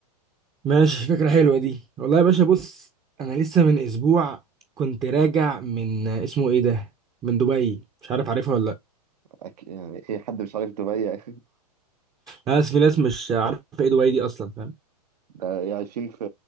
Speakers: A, on the right; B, on the right.
A: ماشي فكره حلوه دي والله يا باشا بص انا لسه من اسبوع كنت راجع من اسمه ايه ده من دبي مش عارف عارفها ولا لا
B: أك... يعني ايه حد مش عارف دبي <laughs>
A: انا اسف في ناس مش عارفه ايه دبي دي اصلا فاهم
B: ده إيه عايشين في